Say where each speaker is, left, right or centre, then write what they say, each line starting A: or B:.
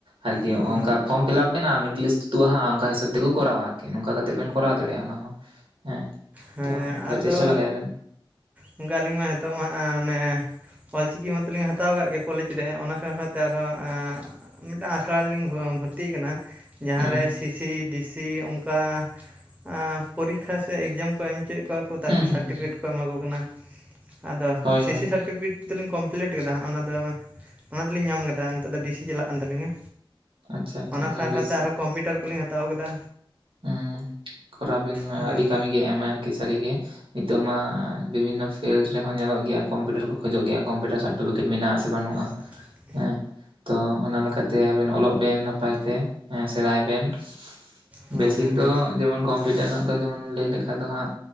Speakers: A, on the right (about 75°); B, on the right (about 15°).
A: ᱟᱨᱠᱤ
B: ᱚ
A: ᱚᱝᱠᱟ ᱯᱷᱚᱨᱚᱢ ᱯᱷᱤᱞᱟᱯ ᱵᱮᱱᱟ ᱢᱤᱫᱴ ᱞᱤᱥᱴ ᱛᱩᱫ ᱦᱟᱸᱜ ᱚᱝᱠᱟ ᱦᱤᱥᱟᱹᱵ ᱛᱮᱠᱚ ᱠᱚᱨᱟᱣᱟ᱾ ᱤᱠᱷᱟᱹᱱ ᱱᱚᱝᱠᱟ ᱠᱟᱛᱮᱜ ᱵᱮᱱ ᱠᱚᱨᱟᱣ ᱫᱟᱲᱮᱜ-ᱟ ᱚᱱᱟ ᱦᱚᱸ ᱦᱮᱸ᱾
B: ᱦᱮᱸ
A: ᱛᱚ ᱚᱱᱠᱟ
B: ᱟᱫᱚ
A: ᱪᱮᱥᱴᱟ ᱞᱟᱜᱟᱭ ᱵᱮᱱ
B: ᱚᱝᱠᱟ ᱟᱹᱞᱤᱧ ᱢᱟ ᱦᱤᱸᱛᱳᱜ ᱢᱟ ᱦᱟᱸᱜ ᱚᱱᱮ ᱚᱞᱪᱤᱠᱤ ᱢᱟᱛᱚ ᱞᱤᱧ ᱦᱟᱛᱟᱣ ᱠᱟᱜ ᱜᱮ ᱠᱚᱞᱮᱡᱽ ᱨᱮ ᱚᱱᱟ ᱥᱟᱶ ᱥᱟᱶᱛᱮ ᱟᱨᱦᱚᱸ ᱮᱸ, ᱢᱤᱫᱴᱟᱱ ᱟᱥᱲᱟ ᱨᱮ ᱞᱤᱧ ᱵᱷᱚᱨᱛᱤ ᱠᱟᱱᱟ ᱡᱟᱦᱟᱸᱨᱮ
A: ᱦᱩᱸ
B: ᱥᱤᱥᱤ ᱰᱤᱥᱤ ᱚᱝᱠᱟ ᱟᱸ, ᱯᱚᱨᱤᱠᱠᱷᱟ ᱥᱮ ᱮᱜᱽᱡᱟᱢ ᱠᱚ ᱮᱢᱪᱚᱭᱮᱫ ᱠᱚᱣᱟ ᱠᱚ ᱛᱟᱨᱯᱚᱨᱮ
A: ᱦᱩᱸ ᱦᱩᱸ
B: ᱥᱟᱨᱴᱤᱯᱷᱤᱠᱮᱴ
A: ᱦᱩᱸ
B: ᱠᱚ ᱮᱢᱟ ᱠᱚ ᱠᱟᱱᱟ᱾ ᱟᱫᱚ
A: ᱦᱳᱭ
B: ᱥᱤᱥᱤ
A: ᱦᱳᱭ
B: ᱥᱟᱨᱴᱤᱯᱷᱤᱠᱮᱴ ᱱᱤᱛ ᱫᱚᱞᱤᱧ ᱠᱚᱢᱯᱞᱤᱴ ᱟᱠᱟᱫᱟ ᱦᱟᱸᱜ ᱚᱱᱟᱫᱚ ᱚᱱᱟ ᱫᱚᱞᱤᱧ ᱧᱟᱢ ᱟᱠᱟᱫᱟ, ᱱᱤᱛᱚᱜ ᱫᱚ ᱰᱤᱥᱤ ᱪᱟᱞᱟᱜ ᱠᱟᱱ ᱛᱟᱹᱞᱤᱧᱟ᱾
A: ᱟᱪᱪᱷᱟ ᱟᱪᱪᱷᱟ
B: ᱚᱱᱟ
A: ᱦᱳᱭ
B: ᱥᱟᱶ ᱥᱟᱶᱛᱮ
A: ᱵᱮᱥ
B: ᱟᱨᱦᱚᱸ ᱠᱚᱢᱯᱤᱭᱩᱴᱟᱨ ᱠᱚᱞᱤᱧ ᱦᱟᱛᱟᱣ ᱠᱟᱫᱟ᱾
A: ᱦᱩᱸ ᱠᱚᱨᱟᱣ ᱵᱤᱱ ᱢᱟ,
B: ᱦᱳᱭ
A: ᱟᱹᱰᱤ ᱠᱟᱹᱢᱤ ᱜᱮ ᱮᱢᱟᱭ ᱟᱨᱠᱤ ᱥᱟᱹᱨᱤ ᱜᱮ᱾ ᱱᱤᱛᱳᱜ ᱢᱟ ᱵᱤᱵᱷᱤᱱᱱᱚ ᱯᱷᱤᱞᱰ ᱨᱮᱦᱚᱸ ᱧᱮᱞᱚᱜ ᱜᱮᱭᱟ ᱠᱚᱢᱯᱤᱭᱩᱴᱟᱨ ᱠᱚ ᱠᱷᱚᱡᱚᱜ ᱜᱮᱭᱟ ᱠᱚᱢᱯᱤᱭᱩᱴᱟᱨ ᱥᱟᱨᱴᱚᱯᱷᱤᱠᱮᱴ ᱢᱮᱱᱟᱜ-ᱟ ᱥᱮ ᱵᱟᱹᱱᱩᱜ-ᱟ᱾
B: <inaudible>
A: ᱦᱮᱸ ᱛᱚ, ᱚᱱᱟ ᱞᱮᱠᱟᱛᱮ ᱟᱵᱮᱱ ᱚᱞᱚᱜ ᱵᱮᱱ ᱱᱟᱯᱟᱭᱛᱮ ᱦᱮᱸ ᱥᱮᱬᱟᱭ ᱵᱮᱱ᱾ ᱵᱮᱥᱤᱠ
B: ᱦᱳᱭ
A: ᱫᱚ ᱡᱮᱢᱚᱱ ᱠᱚᱢᱯᱤᱭᱩᱴᱟᱨ ᱨᱮᱱᱟᱜ ᱫᱚ ᱡᱮᱢᱚᱱ ᱞᱟᱹᱭ ᱞᱮᱠᱷᱟᱱ ᱫᱚ ᱦᱟᱸᱜ᱾